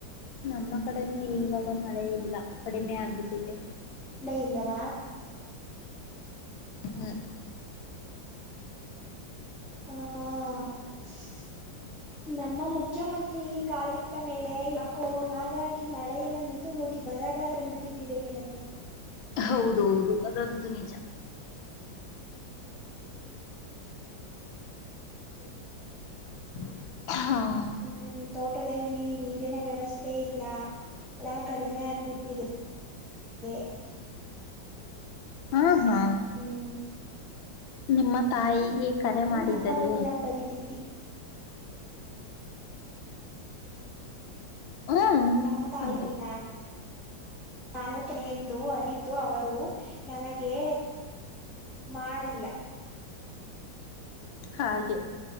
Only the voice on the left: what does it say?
ನಮ್ಮ ಕಡೆನೂ ಇವಾಗ ಮಳೆ ಇಲ್ಲಾ ಕಡಿಮೆ ಆಗ್ಬಿಟ್ಟಿದೆ.
ಹ್ಮ್ ಹ್ಮ್
ಹೌದೌದು ಅದಂತೂ ನಿಜ.
<unintelligible>
ಹಾ ಹಾ
ನಿಮ್ಮ ತಾಯಿಗೆ ಕರೆ
ಮಾಡಿದ್ದರೆ.
ಹ್ಮ್
ಅಂತೆ
ಹಾಗೆ